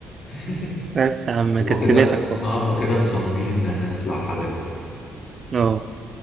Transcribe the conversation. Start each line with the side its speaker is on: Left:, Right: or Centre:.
Left: <laughs>
Right: بس يا عم
Left: هما
Right: كسبتك
Left: كده
Right: اهو
Left: هما كده مصممين إن إحنا نطلع حبايب
Right: اه